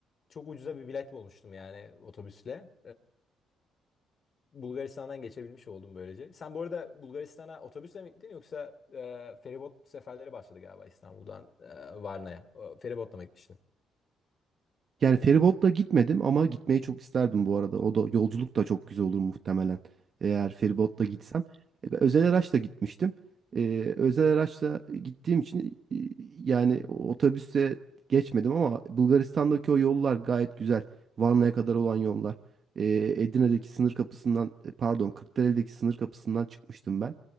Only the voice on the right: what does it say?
Yani feribotla gitmedim ama gitmeyi çok isterdim bu arada. O da yolculuk da çok güzel olur muhtemelen. Eğer feribotla gitsem. E, ben özel araçla gitmiştim. E, özel araçla gittiğim için e, yani otobüse geçmedim ama Bulgaristan'daki o yollar gayet güzel. Varna'ya kadar olan yollar. E, Edirne'deki sınır kapısından e, pardon Kırklareli'deki sınır kapısından çıkmıştım ben.